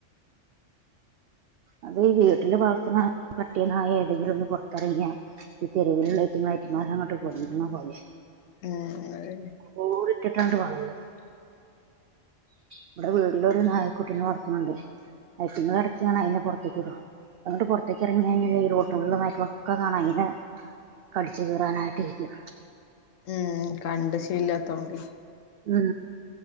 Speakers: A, on the right; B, on the left.
A: അത് ഈ വീട്ടില് വളർത്ത്ണ പട്ടി നായെ ഏതെങ്കിലും ഒന്ന് പൊറത്തിറങ്ങിയാ ഇത് തെരുവില്ള്ള അതിറ്റങ്ങളെ <unintelligible> കൊല്ലുന്ന പോലെയാ
B: എഹ് അഹ്
A: ഒക്കെകൂടിട്ട്ട്ടാണ്ട് വളര്ഹ ഇവടെ വീട്ന്റെ ഔടൊരു നായക്കുട്ടിനെ വളർത്ത്ണ് ഇണ്ട്. അയിറ്റങ്ങൾ എടക്ക് ഇങ്ങനെ ഒറ്റക്ക് വിടും. അങ്ങട്ട് പൊറത്തേക്ക് ഇറങ്ങി റോഡ് <inaudible> ഫുള്ള് നായിക്കളൊക്കെ കാണാ അയിനെ കടിച് കീറാനായിട്ട് ഇരിക്ക്യ
B: എഹ് കണ്ട് ശീല്ലാത്തോണ്ട്
A: ഉം